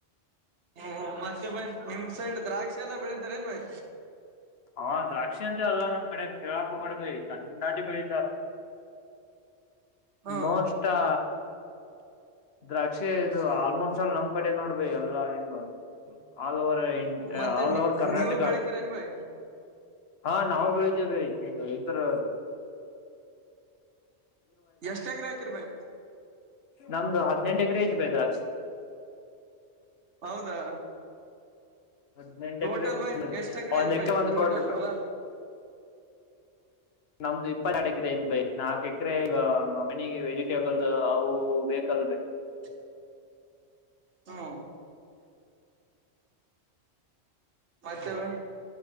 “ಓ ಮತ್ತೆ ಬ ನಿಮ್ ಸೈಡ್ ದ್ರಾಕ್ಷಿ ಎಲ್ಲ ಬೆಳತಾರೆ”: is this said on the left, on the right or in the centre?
Right